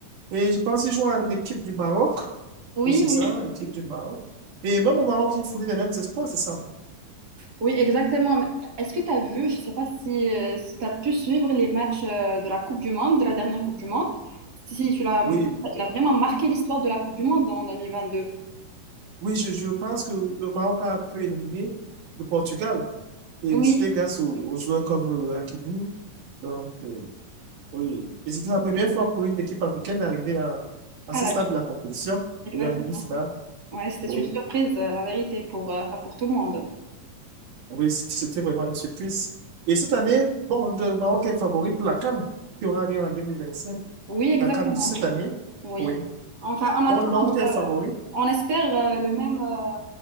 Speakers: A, on the right (about 70°); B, on the right (about 45°).
A: Et je pense qu'il joue en équipe du Maroc.
B: Oui,
A: Oui, c'est
B: oui.
A: ça, équipe du Maroc. Et même au Maroc, il fournit les mêmes espoirs, c'est ça. non
B: Oui, exactement. Mais Est-ce que tu as vu, je ne sais pas si, euh, si tu as pu suivre les matchs euh, de la Coupe du Monde, de la dernière Coupe du Monde, si si, tu l'as,
A: Oui,
B: il a vraiment marqué l'histoire de la Coupe du Monde en 2022.
A: oui, je, je pense que le Maroc a pu éliminer le Portugal. Et
B: Oui,
A: c'était grâce aux, aux joueurs comme euh, Hakimi. Donc, euh, Oui. Et c'était la première fois pour une équipe africaine d'arriver à, à
B: à
A: ce
B: la,
A: stade de la compétition.
B: exactement.
A: Oui, en demi-finale.
B: Ouais, c'était
A: Oui.
B: une surprise, euh, la vérité, pour, euh, enfin, pour tout le monde.
A: Oui, c- c'était vraiment une surprise. Et cette année, bon, le Maroc est favori pour la CAN, qui aura lieu en deux mille vingt cinq
B: Oui, exactement.
A: La CAN de cette année.
B: Oui.
A: Oui.
B: Enfin, on attend,
A: Bon, le Maroc est favori.
B: on espère euh, le même, euh,